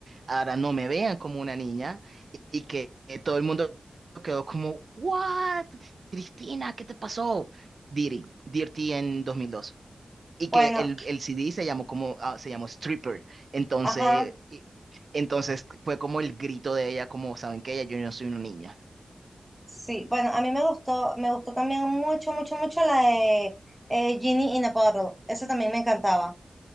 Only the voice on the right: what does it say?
ahora no me vean como una niña y y que eh, todo el mundo quedó como, ¿what? Cristina, ¿qué te pasó? Diddy, Dirty en 2002. y
que el, el CD se llamó como, ah, se llamó Stripper. Entonces,
y- entonces fue como el grito de ella, como, ¿saben qué? Ya yo no soy una niña.